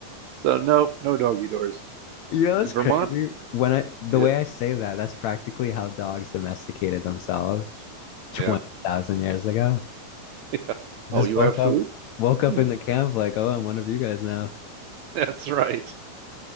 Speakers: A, on the right; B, on the left.
A: so no, no doggy doors
B: You know, it's
A: in Vermont.
B: crazy. When I the
A: Yeah,
B: way I say that, that's practically how dogs domesticated themselves 20,000
A: yeah,
B: years ago.
A: <laughs> yeah.
B: Just
A: Oh, you
B: woke
A: have food?
B: up woke up
A: Hmm,
B: in the camp like, "Oh, I'm one of you guys now."
A: <laughs> that's right.